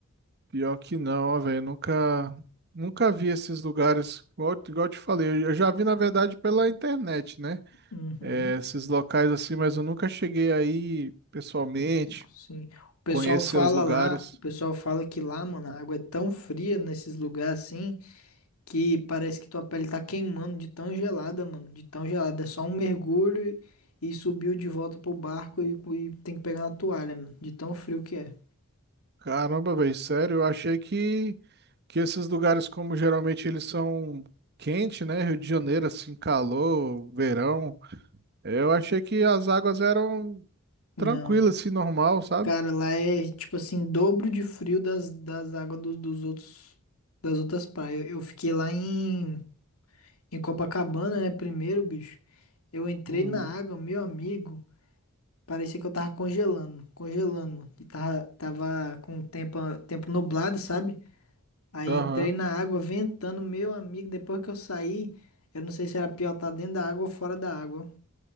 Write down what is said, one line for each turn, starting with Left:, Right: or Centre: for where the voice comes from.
Right: Pior que não, ó, velho. Nunca, nunca vi esses lugares. Igual, igual eu te falei, eu já vi, na verdade, pela internet, né?
Left: Uhum,
Right: É, esses locais assim, mas eu nunca cheguei aí pessoalmente,
Left: sim. O pessoal
Right: conhecer
Left: fala
Right: os lugares.
Left: lá, o pessoal fala que lá, mano, a água é tão fria nesses lugares assim que parece que tua pele tá queimando de tão gelada, mano, de tão gelada. É só um mergulho e subiu de volta pro barco e, e tem que pegar na toalha, mano, de tão frio que é.
Right: Caramba, velho, sério, eu achei que, que esses lugares, como geralmente eles são quente, né? Rio de Janeiro, assim, calor, verão. Eu achei que as águas eram
Left: Não.
Right: tranquilas, assim, normal, sabe?
Left: Cara, lá é tipo assim, dobro de frio das, das águas dos, dos outros, das outras praias. Eu fiquei lá em, em Copacabana, né, primeiro, bicho. Eu entrei
Right: Uhum.
Left: na água, meu amigo. Parecia que eu tava congelando, congelando, mano. E tava, tava com o tempo, tempo nublado, sabe? Aí
Right: Aham.
Left: entrei na água ventando, meu amigo. Depois que eu saí, eu não sei se era pior estar dentro da água ou fora da água.